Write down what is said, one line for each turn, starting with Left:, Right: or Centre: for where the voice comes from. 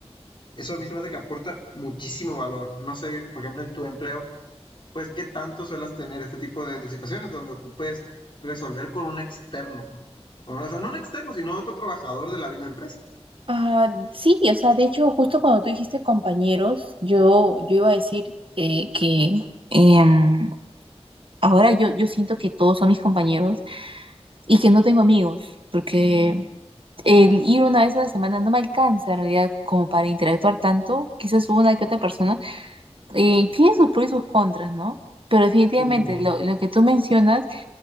Left: eso a mí se me hace que aporta muchísimo valor. No sé, por ejemplo, en tu empleo, pues qué tanto suelas tener este tipo de, de situaciones donde ocupes resolver con un externo. O sea, no un externo, sino otro trabajador de la misma empresa.
Right: Ah, sí, o sea, de hecho, justo cuando tú dijiste compañeros, yo, yo iba a decir eh, que Em, ahora yo, yo siento que todos son mis compañeros y que no tengo amigos, porque el ir una vez a la semana no me alcanza en realidad como para interactuar tanto, quizás una que otra persona, eh, tiene sus pros y sus contras, ¿no? Pero definitivamente
Left: Ujú.
Right: lo, lo que tú mencionas,